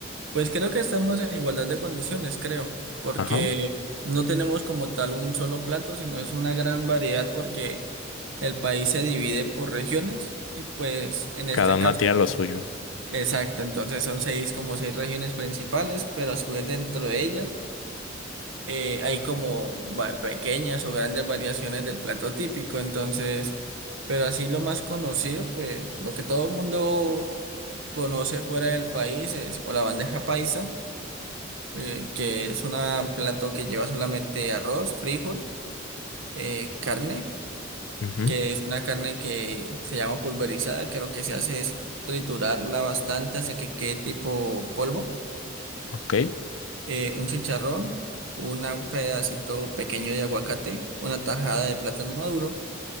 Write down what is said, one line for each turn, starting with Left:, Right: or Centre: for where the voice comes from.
Right: Pues creo que estamos en igualdad de condiciones, creo, porque
Left: Ajá,
Right: no tenemos como tal un solo plato, sino es una gran variedad porque el país se divide por regiones y pues en este
Left: cada una
Right: caso,
Left: tiene lo suyo.
Right: exacto, entonces son seis como seis regiones principales, pero a su vez dentro de ellas eh, hay como va- pequeñas o grandes variaciones del plato típico, entonces, pero así lo más conocido, pues lo que todo el mundo conoce fuera del país es o la bandeja paisa eh, que es un plato que lleva solamente arroz, frijol, eh, carne,
Left: Ujú,
Right: que es una carne que se llama pulverizada, que lo que se hace es triturarla bastante hasta que quede tipo polvo,
Left: Ok,
Right: eh, un chicharrón, una- un pedacito pequeño de aguacate, una tajada de plátano maduro